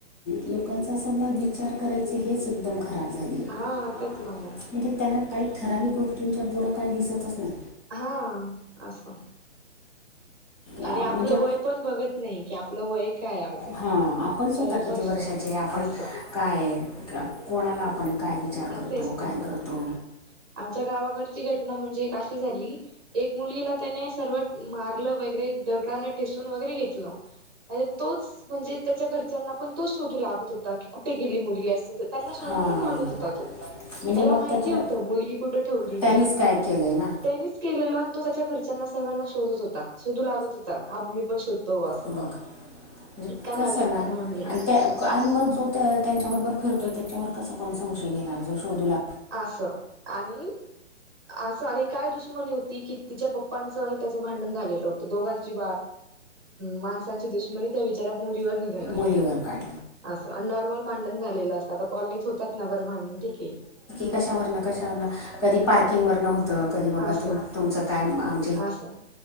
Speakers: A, on the left; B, on the right.
A: लोकांचा असं ना विचार करायचे हेच एकदम ख. खराब झाली आहे
B: हा तेच ना मग
A: म्हणजे त्यांना काही ठराविक गोष्टींच्या पुढं काही दिसतच नाही.
B: हा असं. आणि
A: आ-
B: आपलं
A: म्हणजे
B: वय पण बघत नाही की आपलं वय काय आज
A: हां आपण स्वतः
B: तरी
A: किती
B: पण
A: वर्षाचे आपण
B: असं
A: काय आहे कोणाला. आपण काय विचार
B: अ
A: करतो
B: तेच ना
A: काय
B: मग
A: करतो
B: आमच्या गावाकडची घटना म्हणजे काशी झाली एक मुलगीला. त्याने सर्वात मारलं वगैरे दगडाने ठेसून वगैरे घेतलं. आणि तोच म्हणजे त्याच्या घरच्यांना पण तोच शोधू लागतं होता की कुठे गेली मुलगी असत, तर त्यांना शोध
A: हां
B: पण लागत होता तो
A: म्हणजे
B: त्याला
A: मग
B: माहिती
A: त्याच्या
B: होत मुलगी कुठ ठेवली
A: त्यांनीच
B: मी.
A: काय केलं आहे ना
B: त्यानीच केलेल आणि तो त्याच्या घरी. घरच्यांना सर्वांना शोधत होता शोधू लागत होता मी पण शोधतो असं.
A: बघ म्हणजे
B: इतका नालायकपणा
A: कसं ना
B: होऊन गेलाय
A: त्या आणि मगं जो त्यांच्याबरोबर फिरतोय. त्याच्यावर कसा कोण संशय घेणार जो शोधू ला
B: असं आणि असं आणि काय दुश्मनी होती की तिच्या पप्पा पंच त्याचं भांडण झालेलं होत दोघांची माणसांची दुष्मनी त्या बिचार्‍या मुलीवर निघाली.
A: मुलीवर काढ.
B: असं नॉर्मल भांडण झालेलं असतं आता कॉलनीत होतात ना बरं भांडण ठीके.
A: कशावरन कशावरन कधी पार्किंगवरनं होत कधी बा
B: असं
A: तुमचं काय आम
B: असं